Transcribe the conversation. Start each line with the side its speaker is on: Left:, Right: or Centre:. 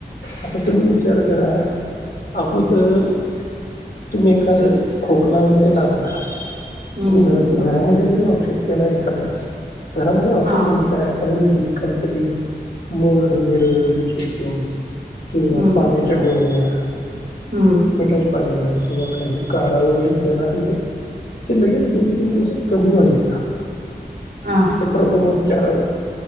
Left: आता तुम्ही विचार करा, अगोदर तुम्ही एखादं खोकला वगैरे लागला
Right: हम्म
Left: तुम्ही घर घरामध्ये जरी औषध केला एखादा, घरामध्ये औषध
Right: हा
Left: म्हणजे काय आयुर्वेदिक काहीतरी मध, मिर वगैरे चेचून किंवा
Right: हम्म
Left: पाण्यात गुळण्या
Right: हम्म
Left: मिठाच पाण्यान किंवा काही, काढा वगैरे केला कणी ते लगेच दोन- तीन दिवसात कमी व्हायचं
Right: हा
Left: प्रथमोपचाराचा,